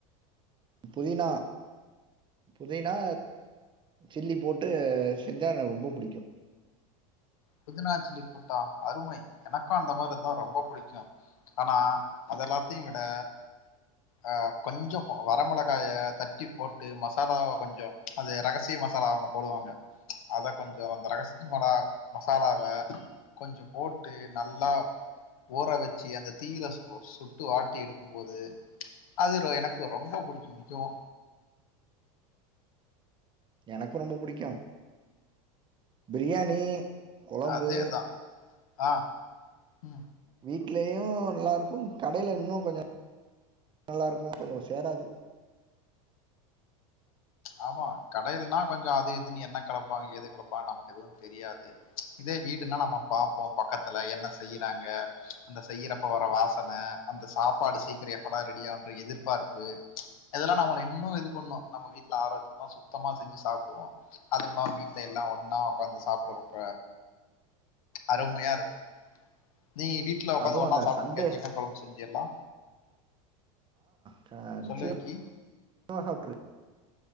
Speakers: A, on the right (about 25°); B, on the left (about 85°).
A: புதினா புதினா சில்லி போட்டு செஞ்சா எனக்கு ரொம்ப புடிக்கு
B: புதினாஞ்சில்லி போட்டா அருமை எனக்கு அந்த மாரிருந்தா ரொம்ப புடிக்கு ஆனா அதெல்லாத்தையு விட அ கொஞ்சொ வர மொளகாய தட்டி போட்டு மசாலாவ கொஞ்சொ அது ரகசிய மசாலா அவ்ங்க போடுவாங்க அத கொஞ்சொ அந்த ரகசியமாடா மசாலாவ கொஞ்சொ போட்டு நல்லா ஊற வச்சு அந்த தீயில சுடனு சுட்டு வாட்டி எடுக்கும்போது அது எனக்கு ரொம்ப புடிக்கும் மிகவு
A: எனக்கும் ரொம்ப புடிக்கு பிரியாணி கொழம்பு
B: அதேதா ஆ ம்
A: வீட்லேயு நல்லாருக்கு கடையில இன்னு கொஞ்சோ <inaudible> நல்லாயிருக்கு கொஞ்சொ சேராது
B: ஆமா கடையிலனா கொஞ்ச அது இதுன்னு என்ன களப்பாங்க ஏது கலப்பாங்க நமக்கு எதுவு தெரியாது இதே வீடுனா நம்ம பாப்போ பக்கத்துல என்ன செய்யறாங்க அந்த செய்யறப்போ வர வாசன அந்த சாப்பாடு சீக்கிரொ எப்படா ரெடியாகுன்ற எதிர்பார்ப்பு அதெல்லா நம்ம இன்னு இது பண்ணு நம்ம வீட்ல ஆரோக்கியமா சுத்தமா செஞ்சு சாப்டுவோ அதும்ல்லாம வீட்ல எல்லா ஒன்னா ஒக்காந்து சாப்புட்றப்ப அருமையா இருக்கு நீ வீட்ல ஒக்காந்து
A: அதுவும்
B: ஒன்னா
A: அந்த
B: சாப்ட்டு
A: சண்டே
B: இருக்கயா சிக்கன் கொழம்பு செஞ்சு எல்லா
A: ச நிச்சய
B: சொல்லு விக்கி.
A: <inaudible> சாப்ட்டுரு <inaudible>